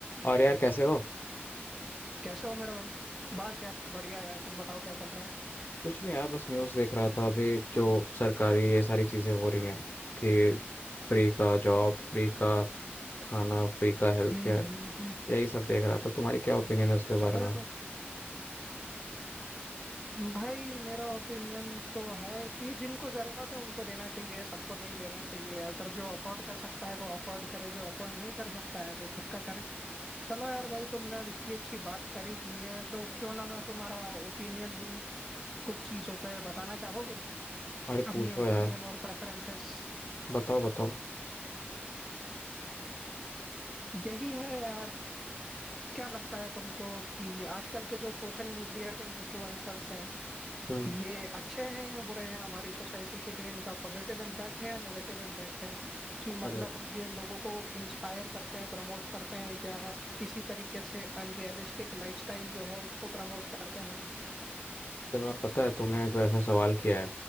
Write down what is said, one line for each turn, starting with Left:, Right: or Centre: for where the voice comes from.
Left: और यार कैसे हो
Centre: कैसे हो मेरे भाई बस यार बढ़िया यार तुम बताओ क्या चल रहा है
Left: कुछ नहीं यार बस न्यूज़ देख रहा था अभी जो सरकारी ये सारी चीज़ें हो रही हैं कि फ्री का जॉब फ्री का खाना फ्री का हेल्थ
Centre: हम्म
Left: केयर
Centre: हम्म हम्म।
Left: यही सब देख रहा था तुम्हारी क्या ओपिनियन है उसके
Centre: चलो
Left: बारे में
Centre: यार भाई भाई, मेरा ओपिनियन तो है कि जिनको जरूरत है उनको देना चाहिए सबको नहीं देना चाहिए अगर जो अफोर्ड कर सकता है वो अफोर्ड करे जो अफोर्ड नहीं कर सकता है वो खुद का करे चलो यार भाई तुमने अब इतनी अच्छी बात करी दी है तो क्यों ना मैं तुम्हारा ओपिनियन लूँ कुछ चीजों पे बताना चाहोगे
Left: अरे
Centre: अपने
Left: पूछो
Centre: ओपिनियन
Left: यार
Centre: और प्रेफरेंसेस
Left: बताओ बताओ
Centre: यही है यार क्या लगता है तुमको कि आजकल के जो सोशल मीडिया के इन्फ्लुएंसर्स हैं
Left: हम्म
Centre: ये अच्छे हैं या बुरे हैं हमारी सोसाइटी के लिए इनका पॉजिटिव इम्पैक्ट है या नेगेटिव इम्पैक्ट है कि
Left: अरे
Centre: मतलब ये लोगों को इंस्पायर करते हैं प्रमोट करते हैं या किसी तरीके से अनरियलिस्टिक लाइफस्टाइल जो है उसको प्रमोट करते हैं
Left: इस बार पता है तूने जो ऐसा सवाल किया है